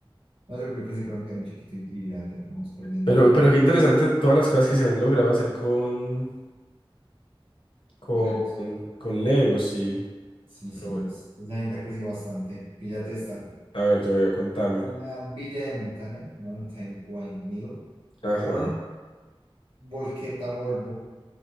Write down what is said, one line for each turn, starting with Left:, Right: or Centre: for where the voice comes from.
Right: No, yo, yo pensé que era un piano chiquito y, y ya terminamos perdiendo,
Left: Pero,
Right: pero
Left: pero
Right: bueno,
Left: qué interesante todas las cosas que se han logrado hacer con, con,
Right: con Legos.
Left: con Lego, sí.
Right: Sí,
Left: Pero
Right: sí,
Left: bueno,
Right: es, esa gente ha crecido bastante. Píllate esta,
Left: a ver, yo voy a contarme.
Right: una villa de montaña, Mountain Windmill,
Left: Ajá.
Right: o un volqueta Volvo